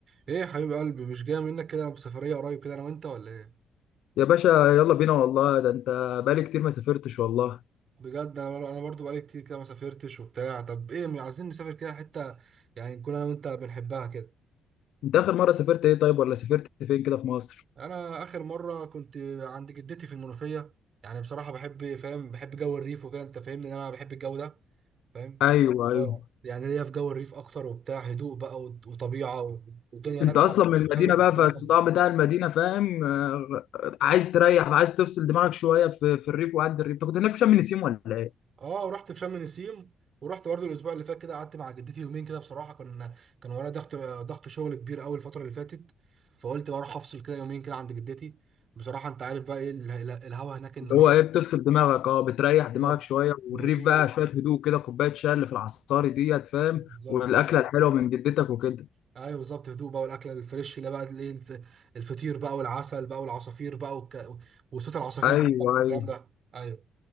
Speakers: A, on the right; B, on the left.
A: ايه يا حبيب قلبي مش جاي منك كده بسفرية قريب كده انا وانت ولا ايه
B: يا باشا يلا بينا والله ده انت بقالي كتير ما سافرتش والله
A: بجد انا انا برضو بقالي كتير كده ما سافرتش وبتاع طب ايه م- عايزين نسافر كده حتة يعني نكون انا وانت بنحبها كده
B: انت اخر مرة سافرت ايه طيب ولا سافرت فين كده في مصر
A: انا اخر مرة كنت عند جدتي في المنوفية يعني بصراحة بحب فاهم بحب جو الريف وكده انت فاهمني ان انا بحب الجو ده فاهم
B: ايوه ايوه
A: اه يعني ليا في جو الريف اكتر وبتاع هدوء بقى وط- وطبيعة والدنيا هناك
B: انت اصلا من المدينة
A: حلوة بصراحة
B: بقى فالصداع بتاع المدينة فاهم آه، عايز تريح عايز تفصل دماغك شوية في, في الريف وعند الريف انت كنت هناك في شم النسيم ولا ايه
A: اه رحت في شم نسيم ورحت برضه الاسبوع اللي فات كده قعدت مع جدتي يومين كده بصراحه كان كان ورايا ضغط ضغط شغل كبير قوي الفتره اللي فاتت فقلت بروح افصل كده يومين كده عند جدتي بصراحه انت عارف بقى ايه ال- ال- الهوا هناك النضيف
B: اللي هو ايه بتفصل دماغك اه بتريح دماغك
A: بالظبط
B: شوية
A: وهدوء
B: والريف بقى شوية هدوء كده كوباية شاي اللي في العصاري ديت فاهم
A: بالظبط
B: والاكلة
A: آه.
B: الحلوة من جدتك وكده
A: ايوه بالظبط هدوء بقى والاكل الفريش اللي بقى الايه الف- الفطير بقى والعسل بقى والعصافير بقى والك... وصوت العصافير
B: ايوه
A: جنبك والكلام
B: ايوه
A: ده ايوه